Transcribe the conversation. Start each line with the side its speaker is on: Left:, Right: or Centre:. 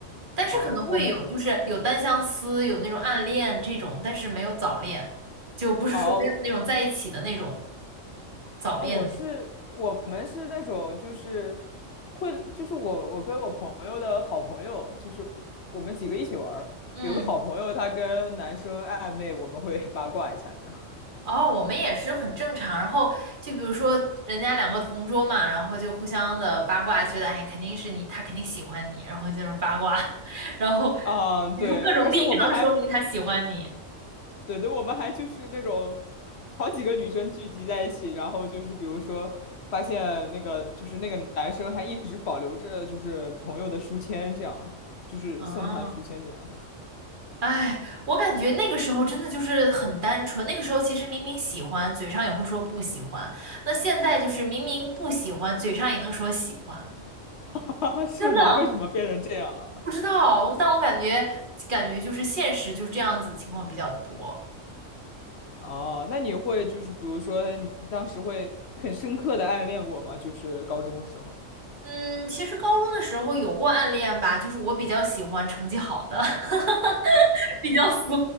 Right: 但是可能会有，
Left: 啊、我们
Right: 就是有单相思，有那种暗恋这种，但是没有早恋，就不是说没有那种在一起的那种
Left: 哦，
Right: 早恋的那种。
Left: 啊，我是我们是那种就是会就是我我跟我朋友的好朋友，就是我们几个一起玩儿，
Right: 嗯。
Left: 有个好朋友他跟男生暧昧，我们会 <laughs> 八卦一下这样。
Right: 哦，我们也是很正常。然后就比如说，人家两个同桌嘛，然后就互相的八卦，觉得哎，肯定是你，他肯定喜欢你，然后就是八卦，<laughs> 然后
Left: 啊，对，
Right: 你说各种例证说明他喜欢你。
Left: 而且我们还对对，我们还就是那种好几个女生聚集在一起，然后就是比如说发现那个就是那个男生还一直保留着就是朋友的书签，这样就是送他的书签这样，
Right: 哦，哎，我感觉那个时候真的就是很单纯。那个时候其实明明喜欢，嘴上也会说不喜欢。那现在就是明明不喜欢，嘴上也能说喜欢。
Left: <laughs> 是吗？
Right: 真的
Left: 为什么变成这样了？
Right: 不知道，但我感觉感觉就是现实就是这样子的情况比较多。
Left: 哦，那你会就是比如说，你当时会很深刻的暗恋过吗？就是高中的时候。
Right: 嗯，其实高中的时候有过暗恋吧，就是我比较喜欢成绩好的，<laughs> 比较俗，